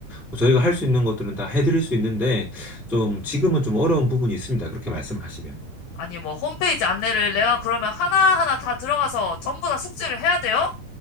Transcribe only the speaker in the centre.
뭐 저희가 할 수 있는 것들은 다 해드릴 수 있는데 좀 지금은 좀 어려운 부분이 있습니다. 그렇게 말씀하시면.